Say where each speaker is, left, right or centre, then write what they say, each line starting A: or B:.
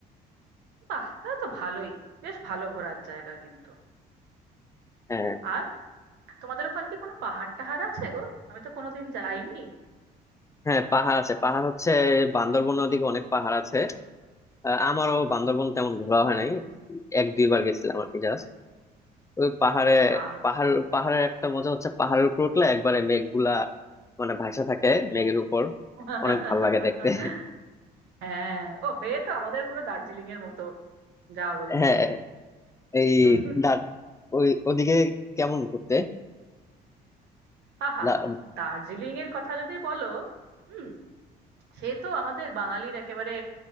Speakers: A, on the right; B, on the left.
A: বাহ তাহলে তো ভালোই বেশ ভালো ঘোরার জায়গা কিন্তু
B: হ্যাঁ
A: আর তোমাদের ওখানে কি কোনো পাহাড় টাহাড় আছে গো আমি তো কোনোদিন যাইনি
B: হ্যাঁ পাহাড় আছে পাহাড় হচ্ছে বান্দরবনের ওদিকে অনেক পাহাড় আছে আহ, আমারও বান্দরবন তেমন ঘোরা হয় নাই এক দুইবার গেছিলাম আর কি জাস্ট ওই পাহাড়ে
A: আর
B: পাহাড় পাহাড়ের একটা মজা হচ্ছে পাহাড়ের উপর উঠলে একবারে মেঘগুলা মানে ভাসা থাকে মেঘের উপর
A: <laughs>
B: অনেক ভালো লাগে দেখতে
A: হ্যাঁ ও হয়ে তো আমাদের পুরো দার্জিলিং এর মতো যা বললে
B: হ্যাঁ এই
A: <laughs>
B: দা- ওই ওদিকে কেমন ঘুরতে
A: আহা
B: দা-
A: দার্জিলিং এর কথা যদি বলো হুম সে তো আমাদের বাঙালির একেবারে